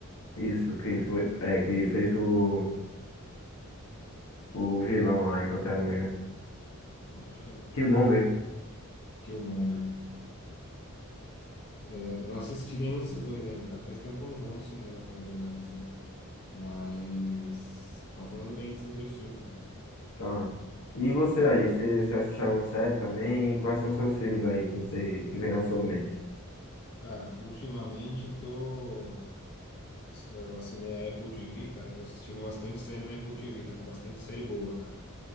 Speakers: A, on the left; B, on the left.
A: Isso, que foi, é, que fez
B: Ah,
A: o O vilão lá em Pantera Negra.
B: é, como que chama?
A: Killmonger.
B: É, Killmonger. Eu não assisti nenhum desses dois ainda, cara. Faz tempo que eu não vou no cinema, falar a verdade pra você. Mas estão falando bem desses dois filmes, cara.
A: Tá. E você aí, você, você assiste alguma série também? E quais são seus filmes aí que você que vem na sua mente?
B: Cara, ultimamente tô. Eu assinei a Apple TV, cara. Eu tô assistindo bastante série na Apple TV. Tá com bastante série boa, cara.